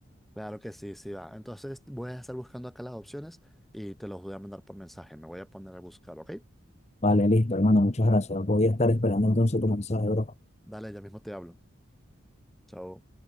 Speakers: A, in the centre; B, on the left.
A: Claro que sí, sí va. Entonces voy a estar buscando acá las opciones y te los voy a mandar por mensaje. Me voy a poner a buscar, ¿ok?
B: Vale, listo, hermano, muchas gracias. Voy a estar esperando entonces tu mensaje, bro.
A: Dale, ya mismo te hablo. Chao.